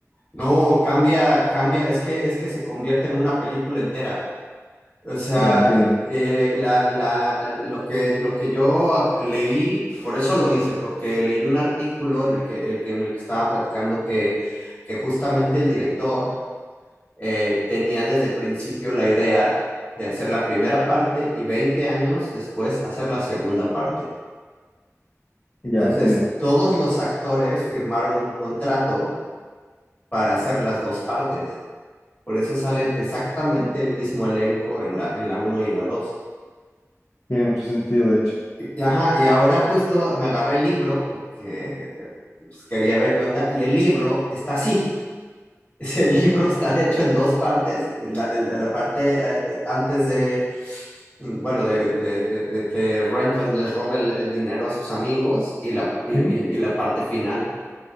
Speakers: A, on the left (about 25°); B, on the left (about 60°).
A: no, cambia, cambia, es que, es que se convierte en una película entera. O sea,
B: ya entiendo,
A: eh, eh, la- la- lo que, lo que yo ac- leí, por eso lo hice, porque leí un artículo en el que, el que- en el que estaban platicando que, que justamente el director eh, tenía desde el principio la idea de hacer la primera parte y 20 años después hacer la segunda parte. Entonces,
B: ya entiendo.
A: todos los actores firmaron un contrato para hacer las dos partes. Por eso salen exactamente el mismo elenco en la, en la uno y en la 2.
B: Tiene mucho sentido, de hecho.
A: Y- Ajá, y ahora justo me agarré el libro porque pues, quería ver qué onda, y el libro está así. <laughs> Es El libro está hecho en dos partes. La, la la parte eh, eh, antes de, mm, bueno, de, de- de- de que Renton les robe el, el dinero a sus amigos y la, y,
B: ¿Sí?
A: y- y la parte final,